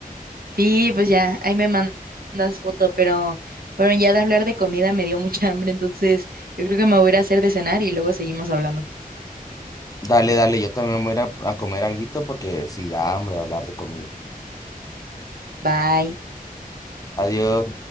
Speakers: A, on the right (about 80°); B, on the left (about 25°).
A: Sí, pues ya, ahí me mandas foto, pero bueno, ya de hablar de comida me dio mucha <laughs> hambre, entonces yo creo que me voy a ir a hacer de cenar y luego seguimos hablando.
B: Dale, dale, yo también voy a ir a a comer alguito porque si da hambre hablar de comida.
A: Bye.
B: Adiós.